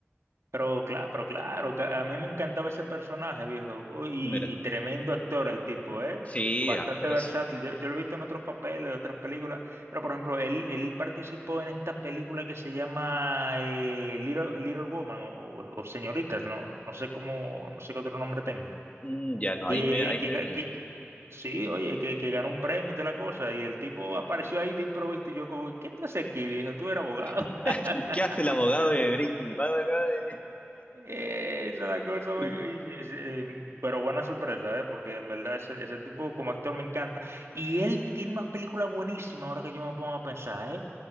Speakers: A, on the right; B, on the left.
A: pero claro, pero claro, que a mí me encantaba ese personaje, viejo. Uy, Y,
B: Mira.
A: y tremendo actor el tipo, ¿eh?
B: Sí,
A: Bastante
B: actorazo.
A: versátil. Yo, yo lo he visto en otros papeles, en otras películas. Pero, por ejemplo, él, él participó en esta película que se llama eh, Little, Little Woman o, o Señoritas, ¿no? No sé cómo, no sé qué otro nombre tenga.
B: Mm, ya no,
A: Que,
B: ahí me, ahí
A: que,
B: me pillaste.
A: que- Sí, oye, que, que ganó un premio y toda la cosa. Y el tipo
B: Mm.
A: apareció ahí de improviso y yo como, ¿qué tú haces aquí, viejo? Tú eres abogado.
B: <laughs>
A: <laughs>
B: ¿Qué hace el abogado de Breaking Bad acá? De...
A: Esa es la cosa.
B: <laughs>
A: me- y- y- eh, pero buena sorpresa, ¿eh? Porque en verdad ese, ese tipo como actor me encanta. Y él tiene una película buenísima ahora que yo me pongo a pensar, ¿eh?